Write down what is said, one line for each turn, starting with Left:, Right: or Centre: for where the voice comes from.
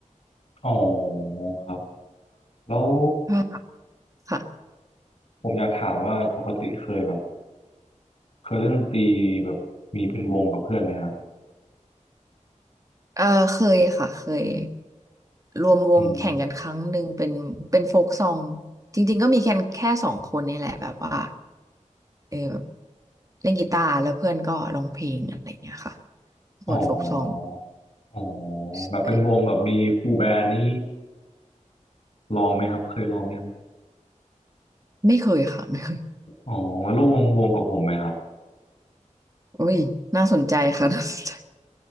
Left: อ๋อครับแล้ว
Right: ก็แบบค่ะ
Left: ผมอยากถามว่าปกติเคยแบบเคยเล่นดนตรีแบบมีเป็นวงกับเพื่อนไหมฮะ
Right: เออเคยค่ะเคยรวมวงแข่งกันครั้งหนึ่งเป็นเป็นโฟกซอง
Left: อืม
Right: จริงๆก็มีแค่แค่สองคนนี่แหละแบบว่าเออแบบเล่นกีตาร์แล้วเพื่อนก็ร้องเพลงอะไรเงี้ยค่ะ
Left: อ๋อ
Right: บทโฟกซอง
Left: อ๋อ
Right: ใช่
Left: แบบเป็นวงแบบมีฟูลแบนด์นี่ลองไหมครับเคยลองยัง
Right: ไม่เคยค่ะไม่เคย
Left: อ๋อมาร่วมวงวงกับผมไหมครับ
Right: อุ้ยน่าสนใจค่ะ <laughs> น่าสนใจ